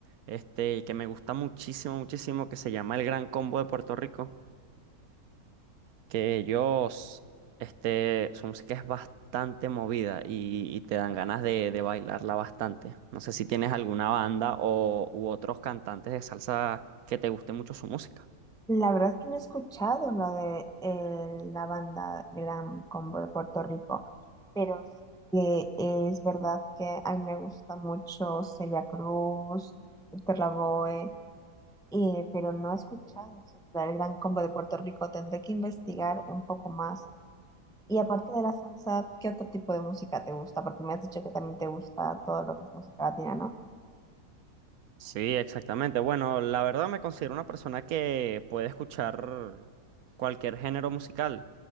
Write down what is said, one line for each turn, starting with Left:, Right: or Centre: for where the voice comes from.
Right: este, que me gusta muchísimo, muchísimo, que se llama El Gran Combo de Puerto Rico, que ellos, este, su música es bastante movida y, y te dan ganas de, de bailarla bastante. No sé si tienes alguna banda o, u otros cantantes de salsa que te guste mucho su música.
Centre: La verdad es que no he escuchado la de eh, la banda Gran Combo de Puerto Rico, pero sí que es verdad que a mí me gusta mucho Celia Cruz, Héctor Lavoe, eh, pero no he escuchado sobre el Gran Combo de Puerto Rico. Tendré que investigar un poco más. Y aparte de la salsa, ¿qué otro tipo de música te gusta? Porque me has dicho que también te gusta todo lo que es música latina, ¿no?
Right: Sí, exactamente. Bueno, la verdad me considero una persona que puede escuchar cualquier género musical,